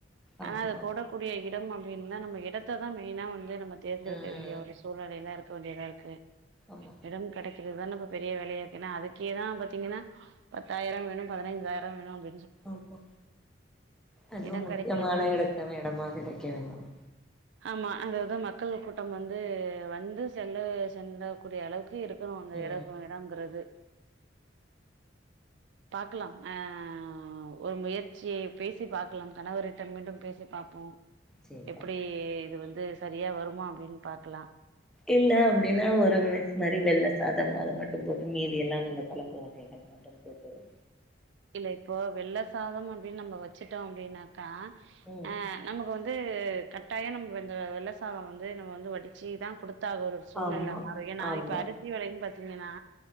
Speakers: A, on the right; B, in the centre.
A: ஆனா
B: ஆமா
A: அது போடக்கூடிய எ டம் அப்புடின்னா நம்ம எடத்த தா மெயினா வந்து நம்ம தேர்ந்தெடுக்க
B: ம்
A: வேண்டிய ஒரு சூழ்நெலை ல இருக் தோழி தா இருக்கு
B: ஆமா
A: எடம் கடைக்கி இதான இப்ப பெரிய வேலையா இருக்கு ஏன்னா அதுக்கே தா பாத்தீங்கன்னா பத்தாயிர வேணு பதினஞ்சாயிரம் வேணு அப்
B: ஆமா அதுவு
A: இடம்
B: முக்கியமான
A: கெடைக்கிறது தான் ப-
B: எடத்த எடமா கெடைக்க வேணும்
A: ஆமா அததா மக்கள் கூட்டம் வந்து வ வந்து செல்ல சென்றக் கூடிய அளவுக்கு இருக்கு க்கும் அங்க
B: ம்
A: எடக்கும் எடம்ங்கிறது பாக்கலாம் ஆஹ் ஆஹ் ஒரு முயற்சிய பேசி பாக்கலா கணவரிட்ட மீண்டும் பேசி பாப்போ
B: சேரி
A: எப்படி
B: தோழி
A: இது வந்து து சரியா வரு மா அப்படின்னு பாக்கலா
B: இல்ல அப்படின்னா ஒரு மிக்ஸ் மாதிரி வெள்ள சாதம் அது மட் டும் போட்டு மீதி எல்லாம் இந்த குழம்பு வசைகள் மட்டும் போதும்
A: இல்ல இப்போ வெள்ளை சாதம் அப்படின்னு நம்ம வச்சிட்டோம் அப்படின்னாக்கா
B: ம்
A: ஆஹ் நமக்கு வந்து கட் டாயம் நம்ம வெந்த வெள்ள சாத வந்து நம்ம வந்து வடிச்சே தா குடுத் தா ஒரு ஒரு சூழ்நிலைல
B: ஆமா
A: மாறு ஏன்னா
B: ஆமா
A: இப்ப அரிசி வெலையு பாத் திங்கன்னா